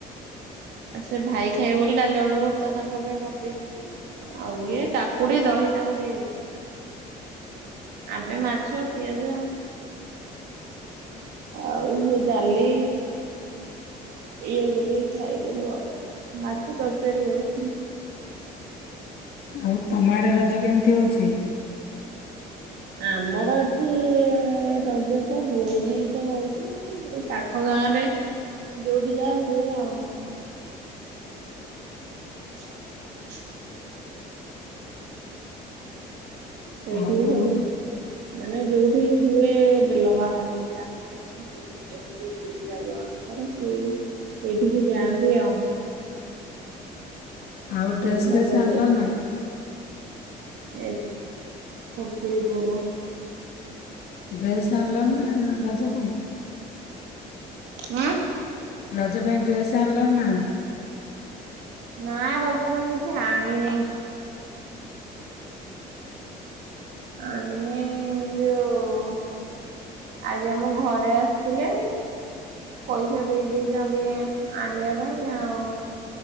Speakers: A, on the right (about 80°); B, on the left (about 70°).
A: ଆ ସେ ଭାଇ ଖାଇବ ବୋଲି ଡାଲି ଆଳୁ ଭର୍ତା ତାଙ୍କ ପାଇଁ କରିଦେଇଛି। ଆଉ ଇଏ କାକୁଡି ଦହି ତାଙ୍କୁ ଦେଇଚି। ଆମେ ମାଛ ପିଆଜ ଆଉ ସେ ଡାଲି ଇଏ କରିକି ଖାଇଦେଲୁ ଆଉ ମାଛ ତରକାରୀ କରୁଥିଲି।
B: ଆଉ ତମ ଆଡେ ରଜ କେମିତି ହୋଉଚି?
A: ଆମର ଏଠି ରଜ ତ ହୁଏନି ଏତେ ହୋଉଛି ଏଇ ପା ପାଖ ଗାଁରେ ଯୋଉଠି ଯାହା ହୁଏ ଆଉ। <inaudible> ସେଇଠି
B: ଆଉ
A: ସବୁ ମାନେ ଯୋଉଠି ହୁଏ ବେଲବାହାଳି ରାମଚନ୍ଦ୍ରପୁର ଏମିତି ଯୋଉ ଜାଗାମାନଙ୍କରେ ସେଇ ସେଇଠିକି ଯାଆନ୍ତି ଆଉ।
B: ଆଉ ଡ୍ରେସ
A: ସେଇଠି ଭଲ
B: ଫ୍ରେସ୍
A: ହୁଏ।
B: ଆଣିଲଣି ନା?
A: ଏ ଫକୀରିପୁର
B: ଡ୍ରେସେ ଆଣିଲଣି ନା ରଜ ପାଇଁ?
A: ଆଁ।
B: ରଜ ପାଇଁ ଡ୍ରେସେ ଆଣିଲଣି ନା?
A: ନା ରଜ ପାଇଁ କିଛି ଆଣିନେଇ। ଆଣିନେଇ ଯୋଉ ଆଜି ଆମ ଘରେ ଆସିଥିଲେ। ପଇସା ଦେଇ ଦେଇଚନ୍ତି ଆଣିବା ପାଇଁ ଆଉ।